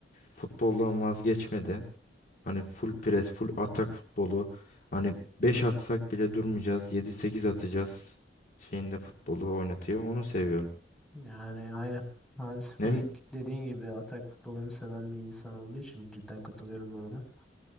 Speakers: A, on the left (about 50°); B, in the centre.
A: futboldan vazgeçmedi. Hani full pres, full atak futbolu. Hani 5 atsak bile durmayacağız. yedi sekiz atacağız şeyinde futbolu oynatıyor. Onu seviyorum.
B: Yani aynen. Hans Flick
A: Hem
B: dediğin gibi atak futbolunu seven bir insan olduğu için cidden katılıyorum bu arada.